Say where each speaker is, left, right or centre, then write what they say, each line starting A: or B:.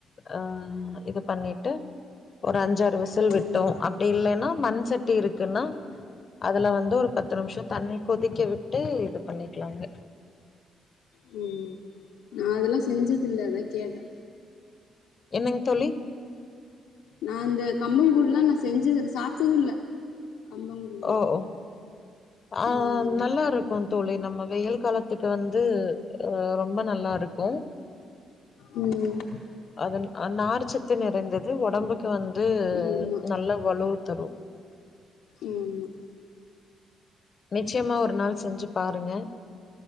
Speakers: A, on the left; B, on the left.
A: ஆ இது பண்ணிட்டு ஒரு அஞ்சாறு விசில்
B: ம்
A: விட்டோ அப் டி இல்லைன்னா மண் சட்டி இருக்குன்னா அதுல வந்து ஒரு பத்து நிமிஷோ தண்ணி கொதிக்க விட்டு விட்டு இது பண்ணிக்கலாங்க
B: ம் நா அதெல்லா செஞ்சதுல்ல அதா கேட்டே
A: என்னங்க தோழி
B: நா இந்த கம்பங்கூழ்லா நா செஞ்சதுல சாப்டது இல்ல கம்பங்கூழ்லா
A: ஓ ஓ ஆ ஆ
B: ம்
A: நல்லா இருக் கு தோழி நம்ம வெயில் காலத்துக்கு வந்து அ ரொம்ப நல்லா இருக்கு
B: ம்
A: அது அ நார்ச்சத்து நிறைந்தது உடம்புக்கு வந்து
B: ஆமா
A: நல்ல வலுவு தரு
B: ஆமா
A: நிச்சயமா ஒரு நாள் செஞ்சு பாருங்க